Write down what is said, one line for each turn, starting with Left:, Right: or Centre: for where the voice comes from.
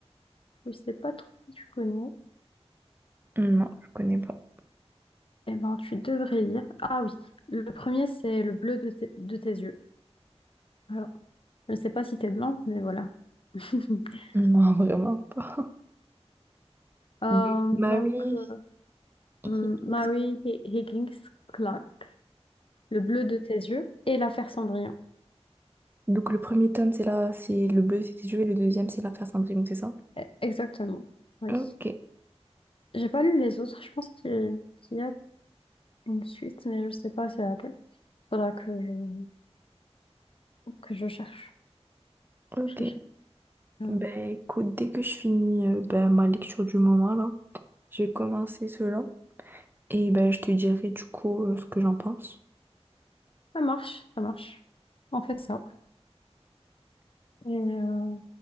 Left: Je sais pas trop si tu connais.
Right: Non, je connais pas.
Left: Eh ben, tu devrais lire. Ah oui, le premier, c'est Le bleu de, tes de tes yeux. Alors, je ne sais pas si t'es blanc, mais voilà. <laughs>
Right: Non, <laughs> vraiment pas.
Left: Euh,
Right: De Mary
Left: donc, euh,
Right: Higgins.
Left: M- Mary Hi- Higgins Clark, Le bleu de tes yeux et L'affaire Cendrillon.
Right: Donc, le premier tome, c'est là, c'est le bleu, c'est Dieu, et le deuxième, c'est l'affaire Cendrillon, c'est ça?
Left: Eh, Exactement, oui.
Right: Ok,
Left: J'ai pas lu les autres. Je pense qu'il qu'il y a une suite, mais je sais pas si elle a laquelle. Faudra que je, que je cherche.
Right: ok.
Left: Je cherche. Ouais.
Right: Ben, écoute, dès que je finis euh, ben, ma lecture du moment, là, je vais commencer cela. Et ben, je te dirai du coup euh, ce que j'en pense.
Left: Ça marche, ça marche. On fait ça. Et euh,